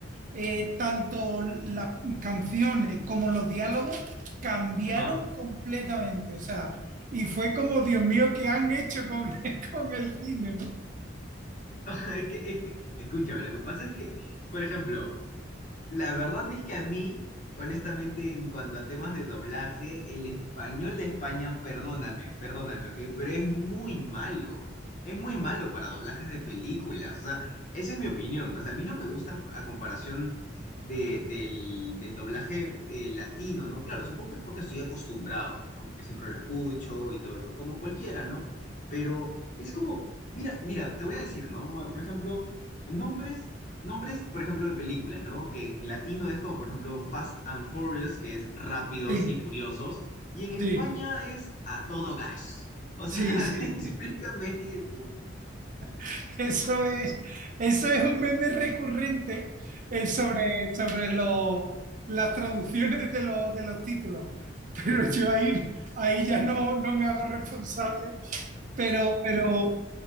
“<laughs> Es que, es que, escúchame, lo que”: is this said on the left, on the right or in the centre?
Left